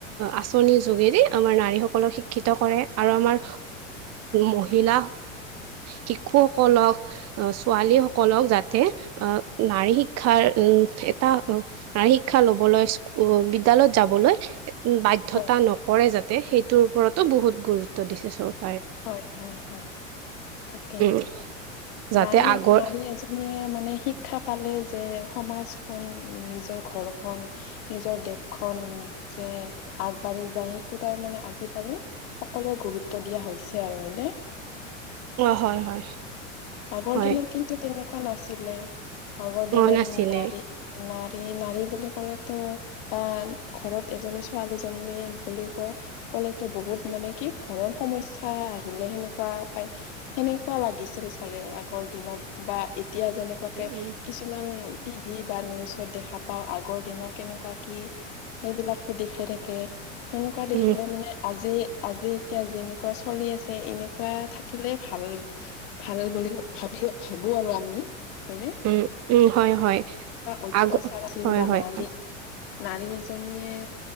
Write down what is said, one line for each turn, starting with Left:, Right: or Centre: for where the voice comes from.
Right: আঁচনিৰ যোগেদি আমাৰ নাৰী সকলক শিক্ষিত কৰে। আৰু আমাৰ মহিলা শিশুসকলক ছ আালীসকলক
Left: হয়,
Right: যাত নাৰী শিক্ষাৰ উ এটা নাৰী শিক্ষা লবলৈ বিদ্যালয় যাবলৈ বাধ্য়তা
Left: হয়,
Right: নকৰে যাতে সেইটোৰ ওপৰতো বহুত গুৰুত্ব দিছে চ
Left: হয় হয় হয় তাকে।
Right: উম যাতে
Left: নাৰী
Right: আগৰ
Left: নাৰী আজি মানে শিক্ষা পালে যে সমাজখন নিজৰ ঘৰখন নিজৰ দেশ যে আগবাঢ়ি যায় সেইটো তাৰ মানে আজিকালি সকলোৱে গুৰুত্ব দিয়া এ হৈছে আৰু এনে।
Right: অ হয় হয়
Left: আগৰ
Right: হয়
Left: দিনত কিন্তু তেনেকুৱা নাছিলে আগৰ দিনত
Right: অ নাছিলে
Left: নাৰী নাৰী নাৰী বুলি ক'লেতো বা ঘৰত এজনী ছোৱালী জন্মে বুলি ক কলেতো বহুত মানে কি ঘৰৰ সমস্যা আহিলে সেনেকুৱা পাই সেনেকুৱা লাগিছে আছিল চাগে আগৰ দিনত বা এতিয়া যেনেকুৱাকে
Right: উম
Left: কিছুমান টিভি বা নিউজত দেখা পাও আগৰ দিনৰত কেনেকুৱা কি সেইবিলাকো দেখাই থাকে সেনেকুৱা দেখিলে
Right: উম উম
Left: মানে আজি আজি এতিয়া যেনেকুৱা চলি আছে এনেকুৱা থাকিলে ভাল ভাল বুলি ভাবি ভাবো আৰু আমি হয়নে
Right: উম উম হয় হয়
Left: অত্যাচাৰ
Right: আগ
Left: আছিল
Right: হয়
Left: বা
Right: হয়
Left: নাৰী নাৰী এজনীয়ে।